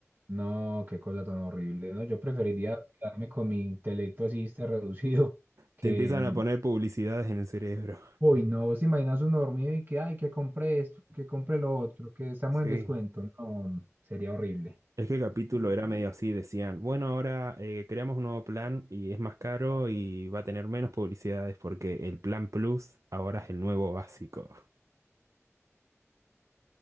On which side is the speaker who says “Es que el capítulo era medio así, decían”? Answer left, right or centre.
Right